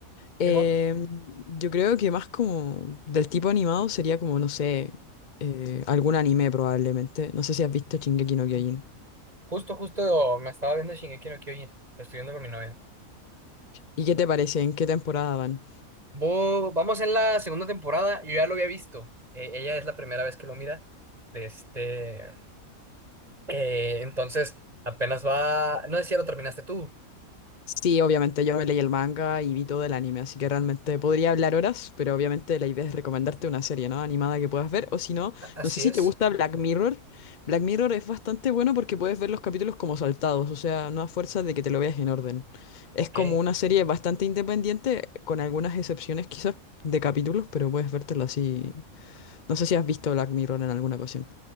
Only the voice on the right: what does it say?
Simón,
justo, justo me estaba viendo Shingeki no Kyojin. Lo estoy viendo con mi novia.
Vo- vamos en la segunda temporada. Yo ya lo había visto. Eh, ella es la primera vez que lo mira. De este. eh, entonces, apenas va. No sé si ya lo terminaste tú.
A- Así
es.
Ok.